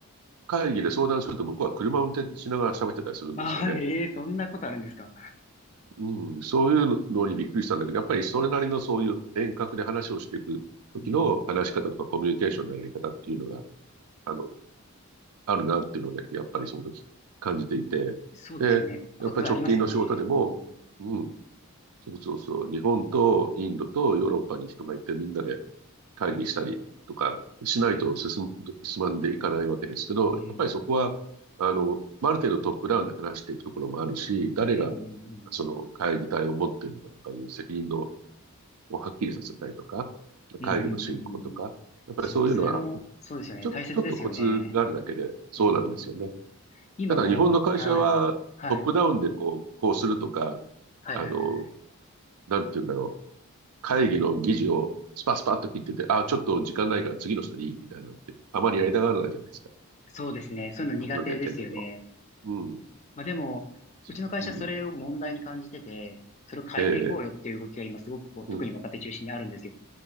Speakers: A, on the right (about 85°); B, on the left (about 30°).
A: 会議で相談すると向こうは車を運転しながら喋ってたりするんですよね。
B: あ、はい。えーそんなことあるんですか。
A: うん、そういうのにびっくりしたんだけど、やっぱりそれなりのそういう遠隔で話をしていく時の話し方とかコミュニケーションのやり方っていうのが、
B: うんうん。
A: あの、あるなっていうので、やっぱりその時感じていて。
B: そうですよね。
A: で、
B: コツありますよね。
A: やっぱり直近の仕事でも、
B: うんうん。
A: うん、そうそうそう、日本とインドとヨーロッパに人がいてみんなで会議したりとかしないと進む、
B: はい。
A: 進まんでいかないわけですけど、
B: うんうん。
A: やっぱりそこは、あの、まあある程度トップダウンで話していくところもあるし、誰が
B: うんう
A: その会議体を持っているのかとかいう責任の
B: ん
A: をはっきりさせたりとか、
B: うんうん。
A: 会議の進行とか、
B: うんうんうんうん。
A: やっぱりそういうのは、
B: そう、それも、そうですよね。
A: ちょ、
B: 大切ですよね。
A: ちょっとコツがあるだけでそうなんですよね。
B: うんうんうん。今こう、
A: ただ日本の会社はトップダウンでこう、
B: はい。はい。
A: こうするとか、
B: はいはいはい。
A: あの、なんて言うんだろう。会議の議事をスパスパッと切ってて、あ、ちょっと時間ないから次の人でいいみたいなのって、あまりやりたがらないじゃないですか。
B: そうですね。そういうの苦手ですよね。
A: 僕の経験だと。うん。
B: まあでも、
A: そううん。
B: うちの会社それを問題に感じてて、それを変えていこうよっていう動きが今すごくこう、
A: ええ、
B: 特に若手中心にあるんですよ。
A: うん。